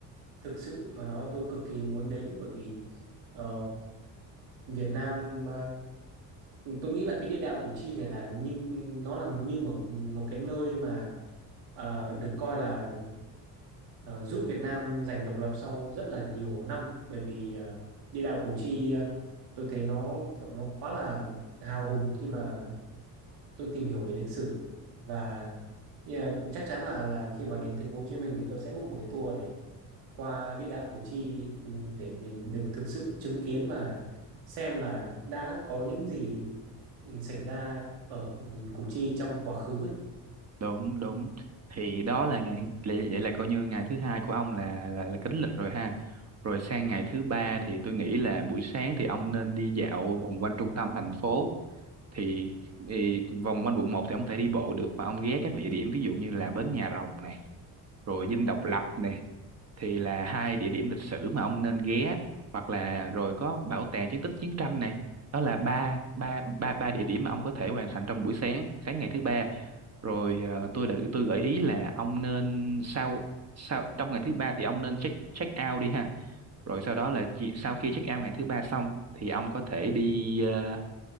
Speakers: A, on the right; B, on the right.
A: thực sự mà nói là tôi cực kỳ muốn đến bởi vì Ờ, Việt Nam ờ, tôi nghĩ là cái địa đạo Củ Chi này là như nó là như một một cái nơi mà ờ, được coi là ờ, giúp Việt Nam giành độc lập sau rất là nhiều năm ấy. Bởi vì ờ, địa đạo Củ Chi ờ, tôi thấy nó kiểu nó quá là hào hùng khi mà tôi tìm hiểu về lịch sử và yeah, chắc chắn là là khi mà đến thành phố Hồ Chí Minh thì tôi sẽ book một cái tour để qua địa đạo Củ Chi ừm, để mình được thực sự chứng kiến và xem là đã có những gì ừm, xảy ra ở ừm, Củ Chi trong quá khứ ấy.
B: đúng đúng thì đó là ngày lì- vậy là coi như ngày thứ hai của ông là là là kính lịch rồi ha rồi sang ngày thứ ba thì tôi nghĩ là buổi sáng thì ông nên đi dạo vòng quanh trung tâm thành phố thì, thì vòng quanh quận một thì ông có thể đi bộ được và ông ghé các địa điểm ví dụ như là bến Nhà Rồng nè, rồi Dinh Độc Lập này thì là hai địa điểm lịch sử mà ông nên ghé hoặc là rồi có bảo tàng chiến tích chiến tranh này đó là ba ba ba ba địa điểm mà ông có thể hoàn thành trong buổi sáng sáng ngày thứ ba rồi ờ, tôi đợi tôi gợi ý là ông nên sau sau trong ngày thứ ba thì ông nên check check out đi ha rồi sau đó là chỉ, sau khi check out ngày thứ ba xong thì ông có thể đi ờ,